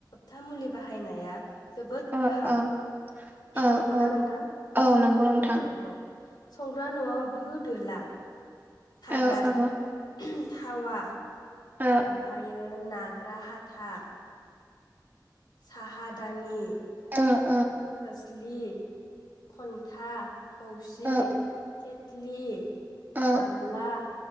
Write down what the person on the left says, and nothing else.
था मुलि बाहायनाया जोबोद
गाहाम
नंगौना
नोंथां
औ औ संग्रा न'आव दो दोला साराय
थावा
ओमफ्रायो नाग्रा हाथा साहादानि
खोस्लि हन्था थौसि
<unintelligible> फ्लि
गामला